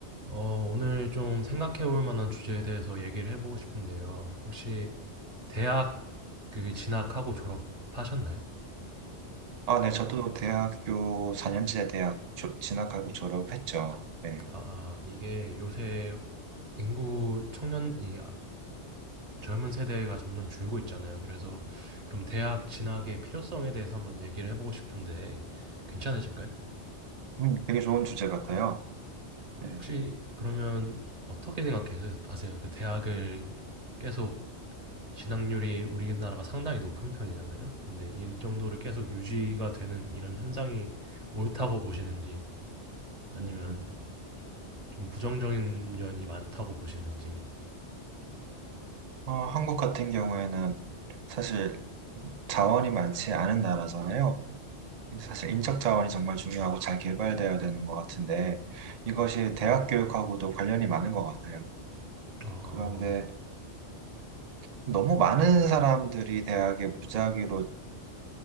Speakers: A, on the right; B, on the right.
A: 어, 오늘 좀 생각해 볼 만한 주제에 대해서 얘기를 해보고 싶은데요. 혹시 대학 그 진학하고 졸업하셨나요?
B: 아, 네, 저도 대학교 4년제 대학 조- 진학하고
A: 음,
B: 졸업했죠. 네.
A: 아, 아, 이게 요새 인구 청년, 이 아- 젊은 세대가 점점 줄고 있잖아요. 그래서 그럼 대학 진학의 필요성에 대해서 한번 얘기를 해보고 싶은데 괜찮으실까요?
B: 음, 되게 좋은 주제 같아요.
A: 네.
B: 네.
A: 혹시 그러면 어떻게 생각하세요? 그 대학을 계속 진학률이 우리나라가 상당히 높은 편이잖아요. 근데 이 정도를 계속 유지가 되는 이런 현상이 옳다고 보시는지 아니면
B: 음,
A: 좀 부정적인 면이 많다고 보시는지.
B: 어, 한국 같은 경우에는 사실 자원이 많지 않은 나라잖아요. 사실 인적 자원이 정말 중요하고 잘 개발되어야 되는 것 같은데 이것이 대학 교육하고도 관련이 많은 것 같아요.
A: 어,
B: 그런데 너무 많은 사람들이 대학에 무작위로